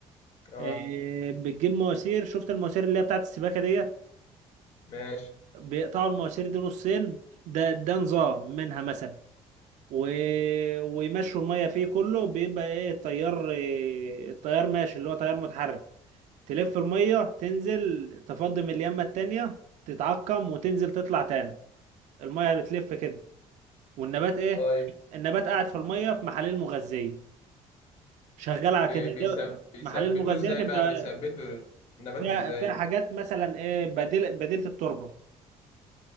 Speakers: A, on the left (about 55°); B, on the right (about 70°).
A: اه
B: إيه بتجيب مواسير شفت المواسير اللي هي بتاعت السباكه ديت
A: ماشي
B: بيقطعوا المواسير دي نصين ده ده نظام منها مثلا و... ويمشوا الميه فيه كله بيبقى ايه التيار إيه التيار ماشي اللي هو تيار متحرك تلف المية تنزل تفضي من اليمة التانية تتعقم وتنزل تطلع تاني المية بتلف كده والنبات ايه
A: طيب
B: النبات قاعد في المية في محاليل مغذية شغال على
A: بي-
B: كده
A: بيسب...
B: ده
A: بيثبتوه
B: محاليل مغذية
A: ازاي بقى
B: تبقى
A: بيثبتوا النبات
B: فيها
A: ازاي
B: فيها حاجات مثلا ايه بديل بديلة التربة